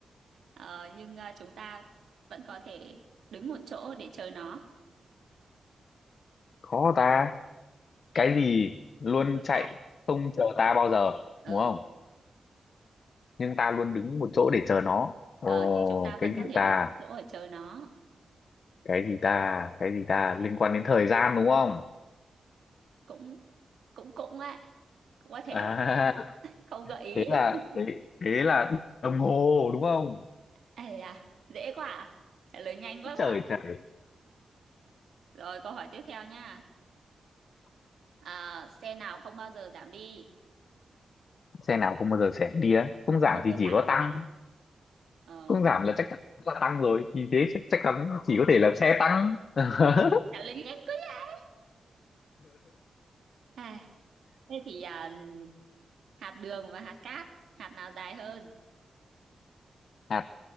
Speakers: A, on the right; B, on the left.
A: Ờ, nhưng ờ, chúng ta vẫn có thể đứng một chỗ để chờ nó
B: khó ta
A: cái
B: cái gì luôn
A: vượt
B: chạy
A: chạy
B: không chờ ta bao giờ
A: ừ
B: đúng không nhưng ta luôn đứng một chỗ để chờ nó ồ
A: ờ, nhưng chúng ta vẫn
B: cái
A: có
B: gì
A: thể
B: ta
A: đứng một chỗ để chờ nó
B: cái gì ta cái gì ta liên quan đến thời gian đúng không
A: cũng cũng cũng á cũng có thể
B: à
A: đấy không gợi ý
B: thế là
A: <laughs>
B: thế, thế là đồng hồ đúng không
A: Ây da, dễ quá à? trả lời nhanh quá
B: trời
A: quá
B: trời
A: rồi câu hỏi tiếp theo nha à, xe nào không bao giờ giảm đi
B: xe nào không bao giờ sẽ đi đấy không
A: không
B: giảm
A: bao
B: thì
A: giờ
B: chỉ
A: giảm
B: có tăng
A: giảm ờ,
B: không giảm là chắc chắn là tăng rồi thì thế chắc, chắc chắn chỉ có thể là xe tăng <laughs>
A: trả lời nhanh quá nhỉ à, thế thì à, hạt đường và hạt cát hạt nào dài hơn
B: hạt